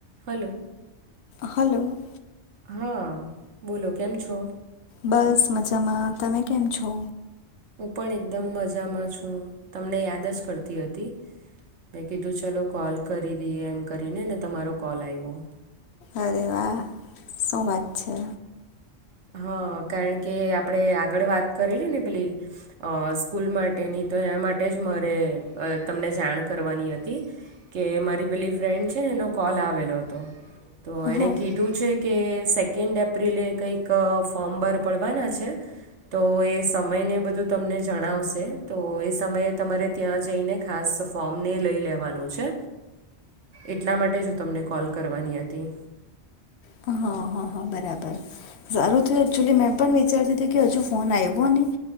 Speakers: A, on the right; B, on the left.
A: હાલો.
B: Hello.
A: હા, બોલો કેમ છો?
B: બસ મજામાં, તમે કેમ છો?
A: હું પણ એકદમ મજામાં છું. તમને યાદ જ કરતી હતી, મેં કીધું ચલો કોલ કરી દઈએ. એમ કરીને ને તમારો કોલ આવ્યો.
B: અરે વાહ, શું વાત છે?
A: હા કારણ કે આપણે આગળ વાત કરેલી ને પેલી સ્કૂલ માટેની, તો એના માટે જ મારે તમને જાણ કરવાની હતી કે મારી પેલી ફ્રેન્ડ છે ને એનો કોલ આવેલો હતો. તો એણે
B: હા
A: કીધું છે કે સેકન્ડ એપ્રિલે કઈ એક ફોર્મ બાર પડવાના છે તો એ સમયને બધું તમને જણાવશે તો એ સમયે તમારે ત્યાં જઈને ખાસ ફોર્મને લઈ લેવાનું છે. એટલા માટે જ હું તમને કોલ કરવાની હતી.
B: હા હા હા બરાબર, સારું થયું એકચુલી મેં પણ વિચારતી હતી કે હજુ ફોન આવ્યો નહી.